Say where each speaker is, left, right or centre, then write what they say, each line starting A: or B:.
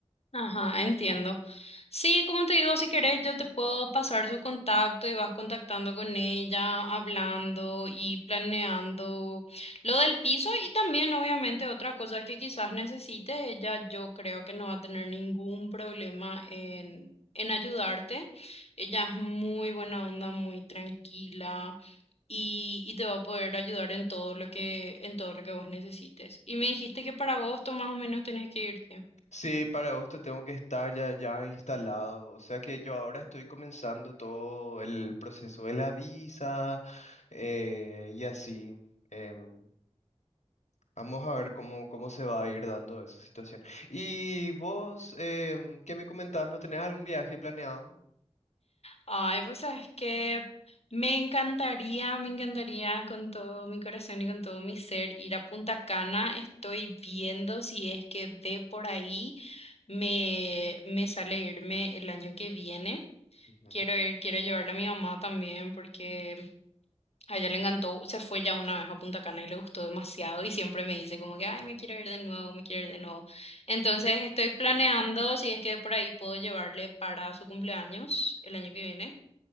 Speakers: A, on the left; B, on the left.
A: Ajá, entiendo. Sí, como te digo, si querés, yo te puedo pasar su contacto y vas contactando con ella, hablando y planeando lo del piso y también, obviamente, otras cosas que quizás necesite. Ella, yo creo que no va a tener ningún problema en, en ayudarte. Ella es muy buena onda, muy tranquila y, y te va a poder ayudar en todo lo que, en todo lo que vos necesites. Y me dijiste que para agosto más o menos tenés que irte.
B: Sí, para agosto tengo que estar ya, ya instalado. O sea que yo ahora estoy comenzando todo el proceso de la visa eh, y así. Em, vamos a ver cómo, cómo se va a ir dando esa situación. ¿Y vos, em, qué me comentabas? ¿No tenés algún viaje planeado?
A: Ay, pues sabes que me encantaría, me encantaría con todo mi corazón y con todo mi ser ir a Punta Cana. Estoy viendo si es que de por ahí me, me sale irme el año que viene.
B: Ujú.
A: Quiero ir, quiero llevarle a mi mamá también porque a ella le encantó, se fue ya una vez a Punta Cana y le gustó demasiado y siempre me dice como que, ay, me quiero ir de nuevo, me quiero ir de nuevo. Entonces estoy planeando si es que de por ahí puedo llevarle para su cumpleaños el año que viene